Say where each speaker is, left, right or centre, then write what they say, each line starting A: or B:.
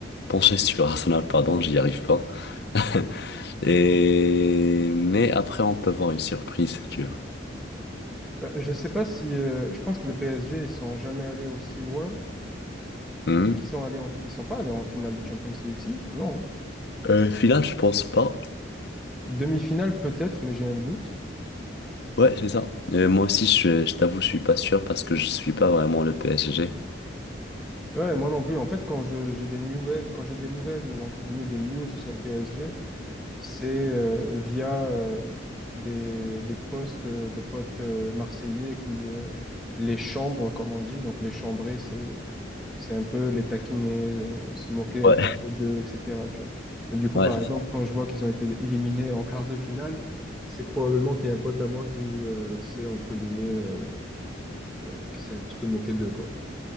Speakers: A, on the left (about 60°); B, in the centre.
A: penché sur Arsenal, pardon, j'y arrive pas. <laughs> Et... Mais après, on peut voir une surprise, tu vois.
B: Là, je sais pas si, euh, je pense que le PSG, ils sont jamais allés aussi loin.
A: Mhm.
B: Ou Peut-être qu'ils sont allés en- ils sont pas allés en finale de Champions League, si? Non.
A: Euh, final, je pense pas.
B: Demi-finale, peut-être, mais j'ai un doute.
A: Ouais, c'est ça. Euh, moi aussi, je, je t'avoue, je suis pas sûr parce que je suis pas vraiment le PSG.
B: Ouais, moi non plus. En fait, quand je, j'ai des nouvelles, quand j'ai des nouvelles ou entre guillemets des news sur le PSG, c'est euh, via euh, des, des postes euh, de potes euh, marseillais qui euh, les chambrent, comme on dit. Donc les chambrer, c'est c'est un peu les taquiner, euh, se moquer
A: Ouais.
B: un petit peu d'eux, etc. Tu vois. Et du coup,
A: Ouais,
B: par
A: c'est
B: exemple,
A: ça.
B: quand je vois qu'ils ont été éliminés en quart de finale, c'est probablement qu'il y a un pote à moi qui euh, s'est, entre guillemets, euh, qui s'est un petit peu moqué d'eux, quoi.